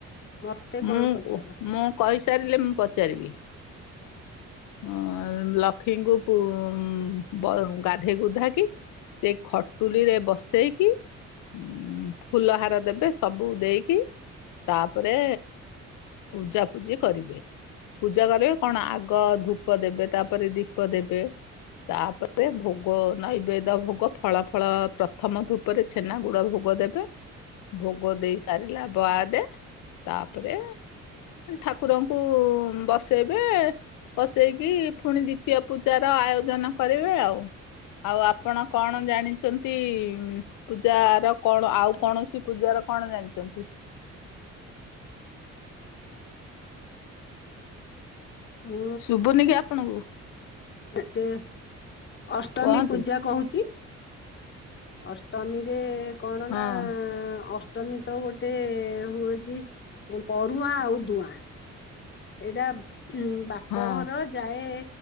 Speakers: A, on the left; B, on the left.
A: ମତେ କଣ
B: ମୁଁ
A: ପଚାର
B: ମୁଁ କହିସାରିଲେ ମୁଁ ପଚାରିବି। ଅ ଲକ୍ଷ୍ମୀଙ୍କୁ ପୁ ଅ ଗା ଗାଧେଇ ଗୁଧାକି ସେ ଖଟୁଲିରେ ବସେଇକି। ଉ ଫୁଲ ହାର ଦେବେ ସବୁ ଦେଇକି। ତାପରେ ପୂଜା ପୂଜି କରିବେ ପୂଜା କରିବେ। କଣ ଆଗ ଗ ଧୂପ ଦେବେ ତାପରେ ଦୀପ ଦେବେ ତାପରେ ଭୋ ଭୋ ନୈବେଦ୍ୟ ଭୋଗ ଫଳ ଫଳ ପ୍ରଥମ ଧୂପରେ ଛେନା ଗୁଡ ଭୋଗ ଦେବେ। ଭୋଗ ଦେଇ ସାରିଲା ବାଦେ ତାପରେ ଠାକୁରଙ୍କୁ ବସେଇବେ। ବସେଇକି ପୁଣି ଦ୍ଵିତୀୟ ପୂଜାର ଆୟୋଜନ କରିବେ ଆଉ। ଆଉ ଆପଣ କଣ ଜାଣିଛନ୍ତି? ପୂଜାର କଣ ଆଉ କୌଣସି ପୂଜାର। କଣ ଜାଣିଛନ୍ତି?
A: <unintelligible> ମୁଁ
B: ଶୁଭୁନି କି ଆପଣଙ୍କୁ
A: <unintelligible> ଏେ ଅଷ୍ଟମୀ
B: କୁହନ୍ତୁ
A: ପୂଜା କହୁଛି। ଅଷ୍ଟମୀରେ କଣ
B: ହଁ
A: ନା ଅଷ୍ଟ ଅଷ୍ଟମୀ ତ ଗୋଟେ ହୁଏଛି ପରୁହ୍ନା ଉଦୁଆଁ। ଏଇଟା ବାପଘର
B: ହଁ
A: ଯାଏ